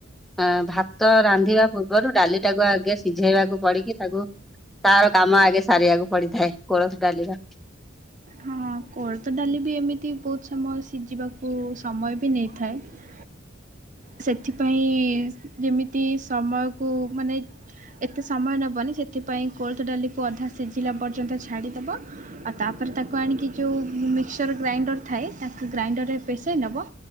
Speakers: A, in the centre; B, on the right.
A: ଅ ଭାତ ରାନ୍ଧିବା ପୂର୍ବରୁ ଡାଲିଟାକୁ ଆଗେ ସିଝେଇବାକୁ ପଡିକି ତାକୁ ତାର କାମ ଆଗ ସାରିବାକୁ ପଡିଥାଏ କୋଳଥ ଡାଲିର।
B: ହଁ। ହଁ କୋଳଥ ଡାଲି ବି ଏମିତି ବହୁତ ସମୟ ସିଝିବାକୁ ସମୟ ବି ନେଇଥାଏ। ସେଥିପାଇଁ ଯେମିତି ସମୟକୁ ମାନେ ଏତେ ସମୟ ନେବନି ସେଥିପାଇଁ କୋଲଥ ଡାଲିକୁ ଅଧା ସିଝିଲା ପର୍ଯ୍ୟନ୍ତ ଛାଡ଼ିଦବ। ଆଉ ତାପରେ ତାକୁ ଆଣିକି ଯେଉଁ ମିକ୍ସଚର ଗ୍ରାଇଣ୍ଡର ଥାଏ ତାକୁ ଗ୍ରାଇଣ୍ଡରରେ ପେସେଇ ନବ।